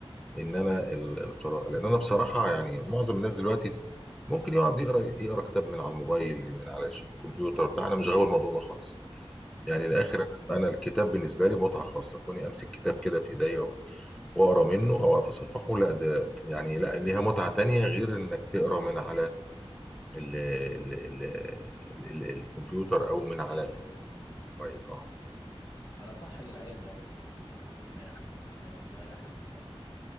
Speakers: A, in the centre; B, on the left.
A: ان انا ال- القراءه لان انا بصراحه يعني معظم الناس دلوقتي ممكن يقعد يقرا يقرا كتاب من على الموبايل من على الش- الكمبيوتر بتاع انا مش غاوي الموضوع ده خالص يعني الاخر
B: اه
A: انا أنا الكتاب بالنسبه لي متعه خاصه كوني امسك كتاب كده في ايديا واقرا منه او اتصفحه لا ده يعني لا ليها متعه تانية غير انك تقرا من على ال ال ال ال الكمبيوتر او من
B: الاجهزه
A: على
B: الالكترونيه
A: الموبايل
B: مم.
A: اه
B: انا صح للعين برضو لل- للدماغ تمام بتريح ال-